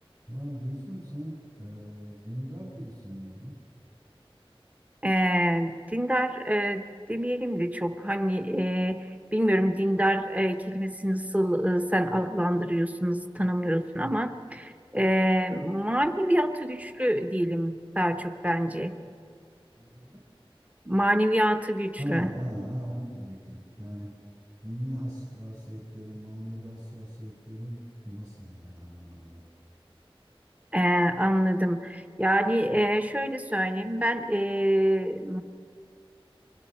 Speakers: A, on the right; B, on the right.
A: Ya Gülsüm sen e, dindar birisi miydin?
B: E, dindar e, demeyelim de çok hani e, bilmiyorum dindar e, kelimesini nasıl e, sen adlandırıyorsun, nasıl tanımlıyorsun ama e, maneviyatı güçlü diyelim daha çok bence.
A: Ne diyelim?
B: Maneviyatı güçlü.
A: Evet, ha, tamam, ha, onu diyecektim. Yani dini hassasiyetlerin, manevi hassasiyetlerin nasıl yani anlamında?
B: E, anladım. Yani e, şöyle söyleyeyim ben e,